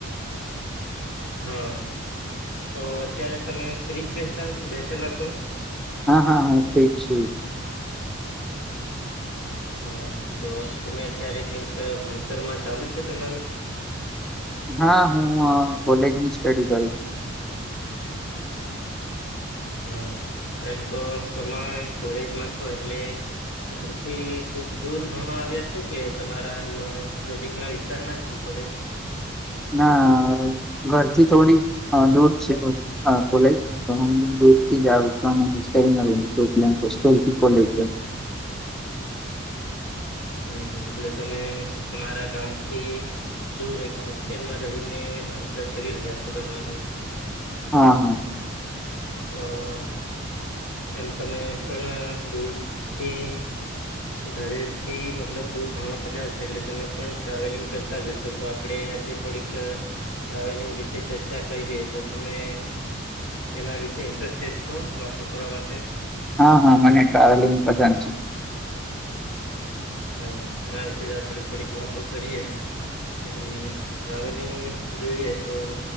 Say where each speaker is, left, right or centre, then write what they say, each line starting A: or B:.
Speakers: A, on the left; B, in the centre.
A: હા તો અત્યારે તમે ફ્રીજ બેસા બેસેલા છો
B: હા હા હું ઠીક છું
A: હા તો તમે અત્યારે કઈક ભણતરમાં ચાલુ છે તમારું
B: હા હું કોલેજ ની સ્ટડી કરું છું
A: હમ એમ તો તમે કોલેજમાં છો એટલે ઘરથી ખુબ દૂર ભણા આવ્યા છો કે તમારા એમ નજીક ના વિસ્તારમાં જ છે કોલેજ
B: ના ઘરથી થોડી દૂર છે કોલેજ તો હું દૂર થી <unintelligible> છું અને હોસ્ટેલ <unintelligible> હોસ્ટેલથી <unintelligible>
A: હમ એટલે તમે તમારા ગામથી દૂર એક હોસ્ટેલમાં રહીને ભણતર કરી રહ્યા છો તમારું
B: હા હા
A: તો <inaudible> એમ તમે પણ દૂરથી ઘરેથી મતલબ દૂર ભણવા જાવ છે એટલે તમે પણ ટ્રાવેલિંગ કરતા જશો તો આપણે આજે થોડીક ટ્રાવેલિંગ વિશે ચર્ચા કરીે તો તમે એના વિશે ઇન્ટરેસ્ટેડ છો વાતો કરવા માટે
B: હા હા મને ટ્રાવેલિંગ પસંદ છે.
A: હા એના વિશે જ આપડે થોડીક વાતો કરીએ એ ટ્રાવેલિંગ જોઈએ તો